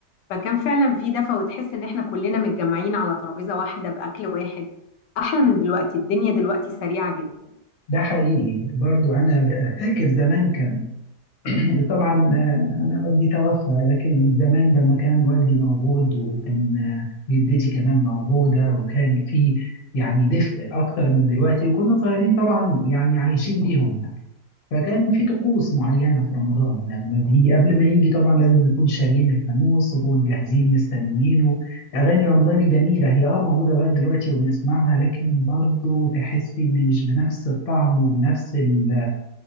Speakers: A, on the left; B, on the left.
A: فكان فعلا في دفى وتحس ان احنا كلنا متجمعين على ترابيزه واحده باكل واحد احلى من دلوقتي الدنيا دلوقتي سريعه جدا
B: ده حقيقي برضو أنا ب- فاكر زمان كان <coughs> <clears throat> طبعا آه، أنا والدي توفى لكن زمان لما كان والدي موجود وكان آه، جدتي كمان موجودة وكان في يعني دفء أكتر من دلوقتي وكنا صغيرين طبعا يعني عايشين بيهم يعني فكان في طقوس معينة في رمضان لما بي قبل ما يجي طبعا لازم نكون شاريين الفانوس ونكون جاهزين مستنيينه أغاني رمضان الجميلة هي اه موجودة لغاية دلوقتي وبنسمعها لكن برضو تحسي إن مش بنفس الطعم وبنفس ال آه،